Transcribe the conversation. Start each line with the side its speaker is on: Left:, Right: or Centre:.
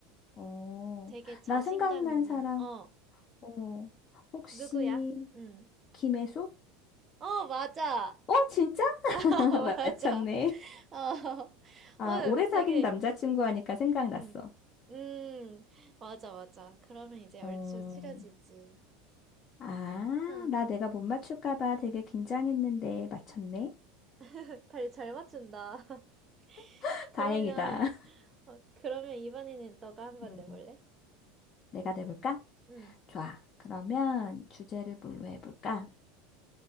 Left: 어,
Right: 되게 자신감
Left: 나 생각난
Right: 있는,
Left: 사람,
Right: 어,
Left: 어, 혹시
Right: 누구야? 음.
Left: 김혜수?
Right: 어, 맞아.
Left: 어, 진짜? <laughs>
Right: <laughs> 어, 맞아.
Left: 맞췄네.
Right: 어,
Left: 아,
Right: 어,
Left: 오래 사귄
Right: 되게,
Left: 남자친구 하니까 생각났어.
Right: 음, 음, 맞아, 맞아. 그러면 이제 얼추
Left: 음.
Right: 추려지지.
Left: 아,
Right: 어,
Left: 나 내가 못 맞출까 봐
Right: 음.
Left: 되게 긴장했는데 맞췄네.
Right: <laughs> 잘, 잘 맞춘다. <laughs>
Left: <laughs>
Right: 그러면,
Left: 다행이다.
Right: 어, 그러면 이번에는 너가 한번
Left: 음.
Right: 내볼래?
Left: 내가 내볼까?
Right: 응
Left: 좋아. 그러면 주제를 뭘로 해볼까?